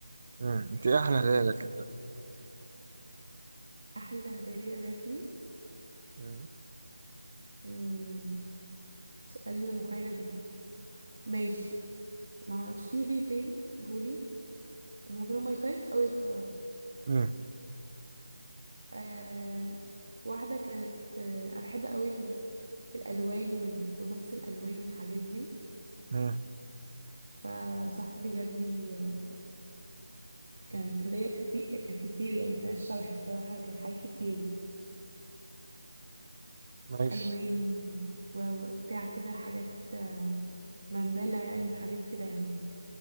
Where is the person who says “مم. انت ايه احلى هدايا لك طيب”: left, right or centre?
Right